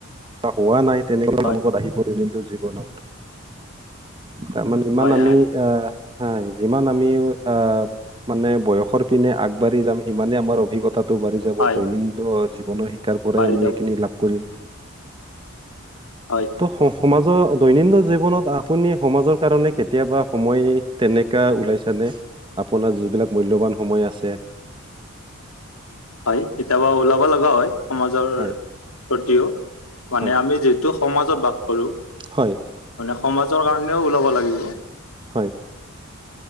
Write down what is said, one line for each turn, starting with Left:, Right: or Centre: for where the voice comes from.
Right: হোৱা নাই তেনেকা
Left: হয়
Right: মোকত আহিব দনিনটো জীৱনত তাৰমানে ইমান
Left: হয়
Right: আমি
Left: হয়
Right: আহ। হ যিমান আমি আহ মানে বয়সৰ পিনে আগবাঢ়ি যাম সিমানে আমাৰ অভিজ্ঞতা বাঢ়ি যাব
Left: হয়
Right: দৈনন্দিন জীৱনৰ শিকাৰ পৰাই
Left: পাৰি
Right: আমি
Left: দিয়ক
Right: এইেইখিনি লাভ কৰিম।
Left: হয়
Right: ত সমাজৰ দৈনন্দিন জীৱনত আপুনি সমাজৰ কাৰণে কেতিয়াবা সময় তেনেকা ওলাইছেনে। আপোনাৰ যিবিলাক মূল্যবান সময় আছে
Left: হয় কেতিয়াবা ওলাব লগা হয় সমাজৰ
Right: হয়
Left: প্ৰতিও মানে
Right: হয়
Left: আমি যিহেতু সমাজত বাস কৰো
Right: হয়
Left: মানে সমাজৰ কাৰণেও ওলাব লাগিব।
Right: হয়।